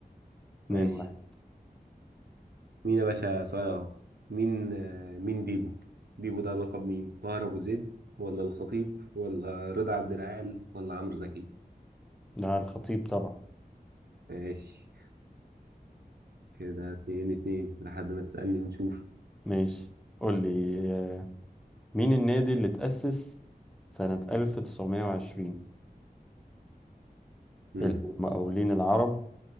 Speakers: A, in the centre; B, on the right.
A: اتنين
B: ماشي
A: واحد
B: مين يا باشا سؤال اهو مين آه، مين بيبو بيبو ده لقب مين طاهر ابو زيد ولا الخطيب ولا رضا عبد العال ولا عمرو زكي
A: لا الخطيب طبعا
B: ماشي كده اتنين اتنين لحد ما تسألني ونشوف
A: ماشي قول لي آه، مين النادي اللي تأسس سنة 1920
B: امم
A: المقاولين العرب